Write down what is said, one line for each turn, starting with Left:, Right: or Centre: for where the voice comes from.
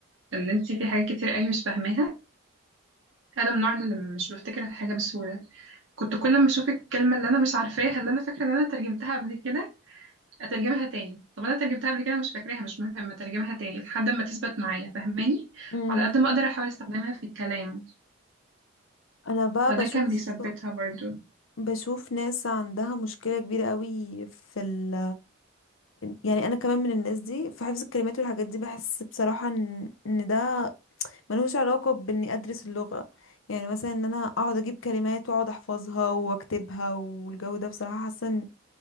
Right: ان انت في حاجات كتير قوي مش فاهماها انا من النوع اللي مش بفتكر الحاجه بسهوله كنت كل ما اشوف الكلمه اللي انا مش عارفاها اللي انا فاكره ان انا ترجمتها قبل كده اترجمها تاني طب انا ترجمتها قبل كده مش فاكراها مش مهم اترجمها تاني لحد ما تثبت معايا فاهماني
Left: امم
Right: وعلى قد ما اقدر احاول استخدمها في الكلام
Left: انا بقى
Right: فده
Left: بشوف
Right: كان بيثبتها برضو
Left: بشوف ناس عندها مشكله كبيره قوي في ال... يعني انا كمان من الناس دي في حفظ الكلمات والحاجات دي بحس بصراحه ان ان ده ملوش علاقه باني ادرس اللغه يعني مثلا ان انا اقعد اجيب كلمات واقعد احفظها واكتبها والجو ده بصراحه حاسه